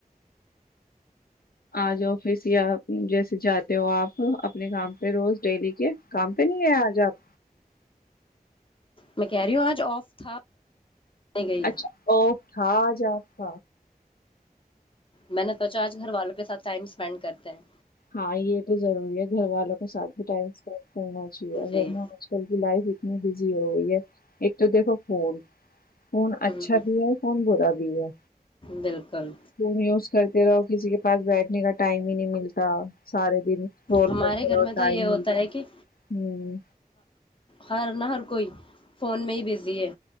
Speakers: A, on the left; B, on the left.
A: آج آفس یا جیسے جاتے ہو آپ اپنے کام پہ روز ڈیلی کے کام پہ نہیں ہے آج آپ
B: میں کہہ رہی ہوں آج آف تھا نہیں گئی
A: اچھا اھا جات تھا
B: میں نے سوچا آج گھر والوں کے ساتھ ٹائم اسپینڈ کرتے ہیں
A: ہاں یہ تو ضروری ہے گھر والوں کے ساتھ بھی ٹائم اسپینڈ کرنا چاہیے اگر
B: جی
A: میں آج کل کی لائف نہیں بجی ہو گی ہے ایک تو دیکھو فھون فون
B: ہوں
A: اچھا بھی ہے فون برا بھی ہے
B: بالکل
A: تو میوز کر رہو کسی کے پاس بیٹھنے کا ٹائم ہی نہیں ملتا سارے دن اسکرول
B: ہمارے
A: کرتے
B: گھر
A: رہو
B: میں تو
A: ٹائم
B: یہ ہوتا
A: مل جائے۔
B: ہے کہ
A: ہوں
B: ہر نہ ہر کوئی فون میں ہی بزی ہے